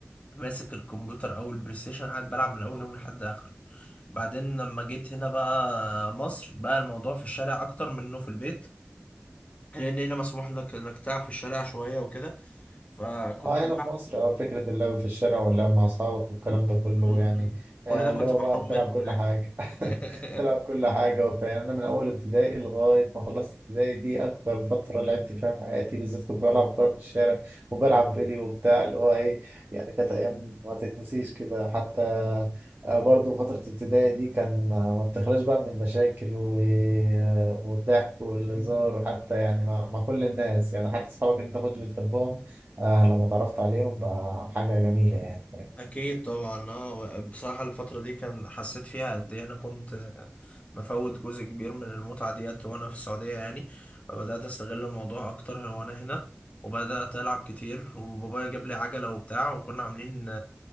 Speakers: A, on the left (about 30°); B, on the right (about 45°).
A: ماسك الكمبيوتر أو البلاي ستيشن قاعد بلعب من أول يوم لحد آخره بعدين لما جيت هنا بقى مصر بقى الموضوع في الشارع أكتر من إنه في البيت لان هنا مسموح لك انك تلعب في الشارع شويه وكده فكنت
B: اه
A: بلعب
B: هنا في مصر اه فكرة اللعب في الشارع واللعب مع أصحابك والكلام ده كله
A: م-
B: يعني
A: م. كل
B: آه
A: ده كنت
B: اللي هو
A: محروم
B: بقى بتلعب
A: منه
B: كل
A: هناك
B: حاجة <laughs>
A: <laughs>
B: بتلعب كل حاجة وبتاع يعني أنا من أول ابتدائي لغاية ما خلصت ابتدائي دي أكتر فترة لعبت فيها في حياتي بالذات كنت بلعب كورة في الشارع وبلعب بيلي وبتاع اللي هو إيه يعني كانت أيام ما تتنسيش كده حتى آه برضه فترة ابتدائي دي كان آه ما بتخلاش بقى من المشاكل و... آه والضحك والهزار
A: م-
B: وحتى يعني مع... مع كل الناس يعني حتى أصحابك اللي أنت كنت بتحبهم آه لما اتعرفت عليهم بقى حاجة جميلة يعني
A: اكيد طبعا اه بصراحه الفتره دي كان حسيت فيها قد ايه انا كنت مفوت جزء كبير من المتعه ديت وانا في السعوديه يعني بدات استغل الموضوع اكتر وانا هنا وبدات العب كتير وبابايا جاب لي عجله وبتاع وكنا عاملين